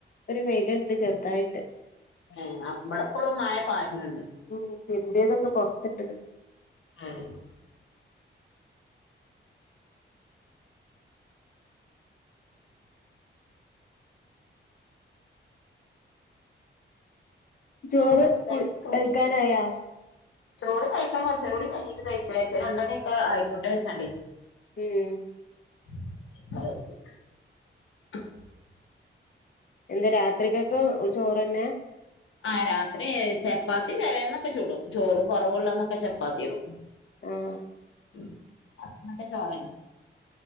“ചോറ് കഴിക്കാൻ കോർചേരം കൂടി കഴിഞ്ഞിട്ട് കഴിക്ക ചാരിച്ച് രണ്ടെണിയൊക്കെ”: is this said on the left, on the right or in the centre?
Left